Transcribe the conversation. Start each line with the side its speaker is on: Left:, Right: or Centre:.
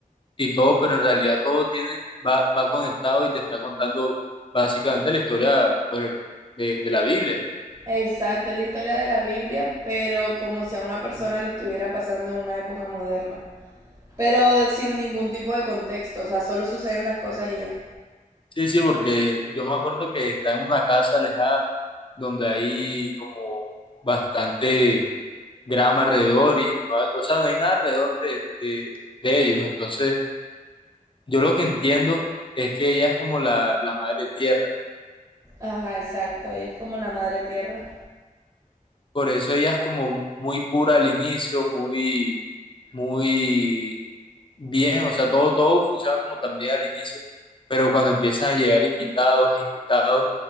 Left: y todo, pero en realidad todo tiene, va, va conectado y te está contando básicamente la historia pues, de, de la Biblia.
Right: Exacto, es la historia de la Biblia, pero como si a una persona le estuviera pasando en una época moderna. Pero de- sin ningún tipo de contexto, o sea, solo suceden las cosas y ya.
Left: Sí, sí, porque yo me acuerdo que está en una casa alejada donde hay como bastante grama alrededor y no o sea, no hay nada alrededor de, de- de ellos. Entonces, yo lo que entiendo es que ella es como la, la madre tierra,
Right: Ajá, exacto, ella es como la madre tierra.
Left: Por eso ella es como muy pura al inicio, muy, muy bien, o sea, todo, todo funciona como también al inicio, pero cuando empiezan a llegar invitados e invitados,